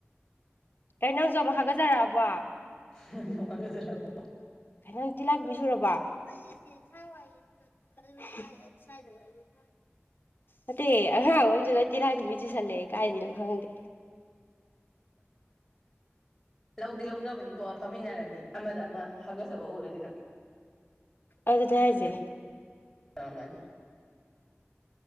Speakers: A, on the left; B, in the centre.
A: ꯀꯩ ꯅꯪꯖꯨ ꯑꯃꯨꯛ ꯍꯥꯒꯖꯔꯛꯑꯕꯣ
B: <unintelligible> ꯅꯪꯖꯨ ꯍꯥꯒꯖꯔꯑꯕꯣ
A: ꯍꯦ ꯅꯪ ꯇꯤꯜꯂꯥꯏꯈꯨꯝꯕꯤ ꯆꯨꯔꯕꯣ <unintelligible> ꯅꯠꯇꯦ ꯑꯉꯥꯡ ꯑꯍꯨꯝꯖꯦ ꯂꯣꯏ ꯇꯤꯜꯂꯥꯏꯈꯨꯝꯕꯤ ꯆꯨꯁꯜꯂꯦ ꯀꯥꯏꯗꯩꯅꯣ ꯈꯪꯗꯦ
B: ꯂꯧꯗꯤ ꯂꯧꯅꯕꯅꯤꯀꯣ ꯑ ꯐꯝꯃꯤꯟꯅꯔꯗꯤ ꯑꯃꯗ ꯑꯃ ꯍꯥꯒꯠꯖꯕ ꯎꯔꯗꯤ ꯑꯗꯨꯝ
A: ꯑꯗꯨꯅꯦ
B: ꯑꯗꯨꯒꯤ
A: ꯍꯥꯏꯖꯦ
B: <unintelligible>